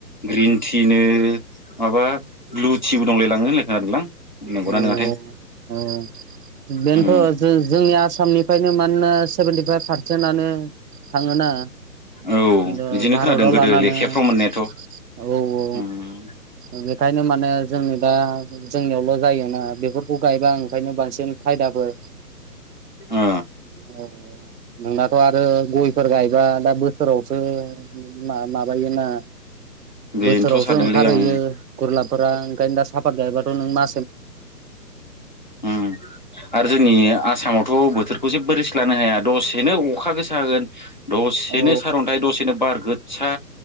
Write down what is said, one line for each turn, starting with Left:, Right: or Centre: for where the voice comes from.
Left: ग्रिन टिनो माबा लुथिबो दंलाय लाङो खोनादोंलां नंगौना
Right: अव
Left: नङाथाय
Right: औ बेनोथ
Left: उम
Right: जो-जोंनि आसामनि फ्रायनो मानोना सेभेन्टिफाइभ पारसेन्टआनो थाङोना
Left: औ
Right: द
Left: बिदिनो
Right: भारतआव
Left: खोनादों गोदो
Right: लानानै
Left: लेखाफ्राव
Right: औ
Left: मोननायाथ'
Right: औ
Left: उम
Right: ओंखायनो माने जोंनि दा जोंनियावल जायोना बेफोरखौ गायबा ओंखायनो बांसिन फायदाफोर
Left: ओ
Right: अ नोंनाथ आरो गयफोर गाय दा दा बोसोरावसो मा माबायोना
Left: बेनोथ'
Right: बोसोरावसो
Left: सानदोंलै
Right: ओंखारहैयो
Left: आं
Right: गुरलाब फोरा ओंखायनो दा साफाथ गायबाथ नोंमा?
Left: उम आरो जोंनि आसामावथ बो थोरखौ जेबो रिस लानो हाया दसेनो अखा गोसा होगोन दसेनो
Right: औ
Left: सारअन्थायाइ दसेनो बारगोसा